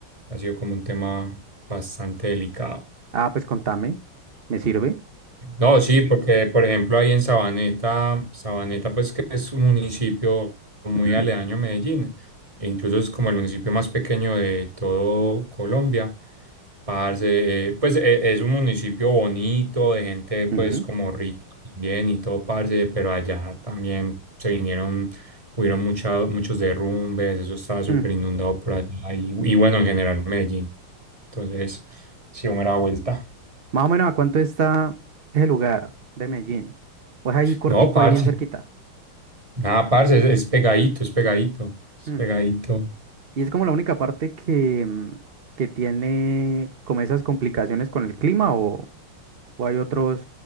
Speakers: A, on the right; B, on the right.
A: ha sido como un tema bastante delicado.
B: Ah, pues contame, me sirve.
A: No, sí, porque por ejemplo ahí en Sabaneta, Sabaneta pues que es un municipio muy
B: Ujú,
A: aledaño a Medellín, e incluso es como el municipio más pequeño de todo Colombia. Parce, eh, pues e- es un municipio bonito, de gente pues
B: ujú.
A: como rica bien y todo, parce, pero allá también se vinieron, hubieron mucha- muchos derrumbes, eso estaba súper
B: Mm.
A: inundado por allá y, y bueno, en general Medellín. Entonces, sí, me da vuelta.
B: Más o menos a cuánto está ese lugar de Medellín. Pues ahí cortico,
A: No, parce.
B: ahí bien cerquita.
A: Nada, parce, es, es pegadito, es pegadito, es
B: Mm.
A: pegadito.
B: Y es como la única parte que, mm, que tiene como esas complicaciones con el clima o, o hay otros